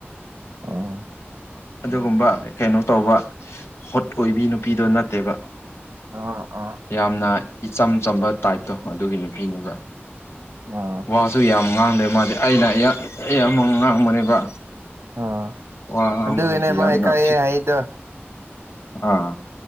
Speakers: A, on the right; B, on the left.
A: ꯑꯥ
B: ꯑꯗꯨꯒꯨꯝꯕ ꯀꯩꯅꯣ ꯇꯧꯕ ꯍꯣꯠ ꯑꯣꯏꯕꯤ ꯅꯨꯄꯤꯗꯣ ꯅꯠꯇꯦꯕ
A: ꯑꯣ ꯑꯣ
B: ꯌꯥꯝꯅ ꯏꯆꯝ ꯆꯝꯕ ꯇꯥꯏꯞꯇꯣ ꯑꯗꯨꯒꯤ ꯅꯨꯄꯤꯅꯤꯗ
A: ꯑꯣ
B: ꯋꯥꯁꯨ ꯌꯥꯝ ꯉꯥꯡꯗꯦ ꯃꯥꯗꯤ ꯑꯩꯅ ꯌꯥꯝ ꯉꯥꯡꯕꯅꯦꯕ
A: ꯑ
B: ꯋꯥ ꯉꯥꯡꯕ
A: ꯑꯗꯨꯅꯦ
B: ꯍꯥꯏꯁꯤ ꯌꯥꯝꯅ
A: ꯃꯥꯀ ꯍꯥꯏꯗ
B: ꯑꯥ